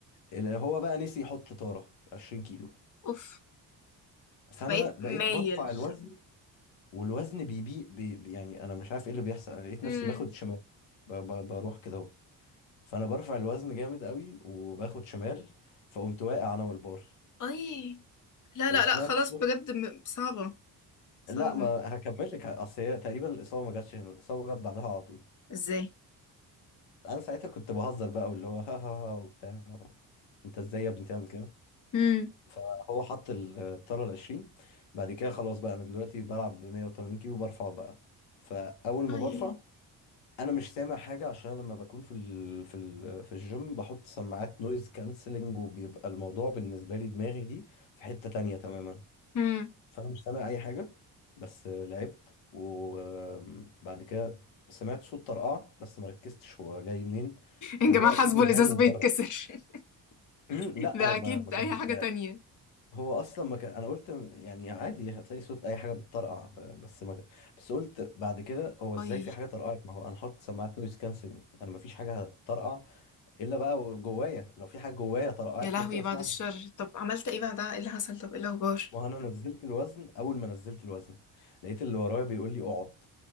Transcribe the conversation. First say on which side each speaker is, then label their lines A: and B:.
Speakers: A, on the left; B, on the left.
A: اللي هو بقى نسي يحط طاره 20 كيلو
B: اوف
A: فانا
B: فبقيت مايل
A: بقيت برفع الوزن والوزن بيبي بي بي- يعني انا مش عارف ايه اللي بيحصل انا لقيت
B: مم.
A: نفسي باخد شمال ب- ب- بروح كده اهو فانا برفع الوزن جامد قوي وباخد شمال فقمت واقع انا والبار
B: اي لا
A: وسمعت
B: لا لا خلاص
A: صوت
B: بجد م- صعبة صعبة
A: لا ما هكمل لك اصل هي تقريبا الاصابه ما جاتش هنا الاصابه جت بعدها على طول
B: ازاي
A: انا ساعتها كنت بهزر بقى واللي هو ها ها ها وبتاع انت ازاي يا ابني تعمل كده
B: امم
A: فهو حط الطاره ال 20 بعد كده خلاص بقى انا دلوقتي بلعب ب 180 كيلو برفع بقى فاول ما
B: اي
A: برفع انا مش سامع حاجه عشان لما بكون في ال... في ال... في الجيم بحط سماعات نويز كانسلنج وبيبقى الموضوع بالنسبه لي دماغي دي في حته تانية تماما
B: امم
A: فانا مش سامع اي حاجه بس لعبت وبعد كده سمعت صوت طرقعه بس ما ركزتش هو جاي منين
B: يا
A: وهو
B: جماعة
A: اكيد
B: حاسبه
A: مش
B: الإزاز
A: جاي من
B: بيتكسر
A: بره
B: <laughs>
A: أمم، لا
B: ده
A: هو
B: أكيد
A: ما ما كان
B: أي حاجة تانية
A: هو اصلا ما كان انا قلت م- يعني عادي هتلاقي صوت اي حاجه بتطرقع ب- بس ما بس قلت بعد كده هو ازاي
B: اي
A: في حاجه طرقعت ما هو انا حاطط سماعات نويز كانسلنج انا ما فيش حاجه هتطرقع الا بقى جوايا لو في حاجه جوايا طرقعت
B: يا لهوي
A: ممكن اسمعها
B: بعد الشر طب عملت ايه بعدها ايه اللي حصل طب ايه الاخبار
A: ما هو انا نزلت الوزن اول ما نزلت الوزن لقيت اللي ورايا بيقول لي اقعد